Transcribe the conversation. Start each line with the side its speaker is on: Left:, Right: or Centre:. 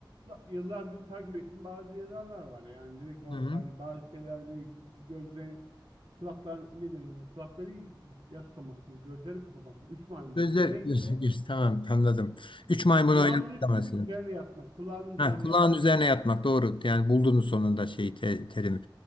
Right: yıllardır takip ettiğim bazı yazarlar var. Yani direkt o
Left: hı hı.
Right: hani bazı şeylerde gözlerini kulaklar ne denir ona? Kulakları yaslamak mı? Gözleri kapamak mı? Üç maymun
Left: Gözler,
Right: mu?
Left: <laughs>
Right: Neyse.
Left: göz, göz, tamam anladım. Üç maymun
Right: Kulağının
Left: oynamak
Right: üstüne
Left: da mesela.
Right: üzerine yatmak. Kulağının
Left: Ha,
Right: üzerine
Left: kulağın
Right: yatmak.
Left: üzerine yatmak doğru. Yani buldunuz sonunda şeyi te- terimi.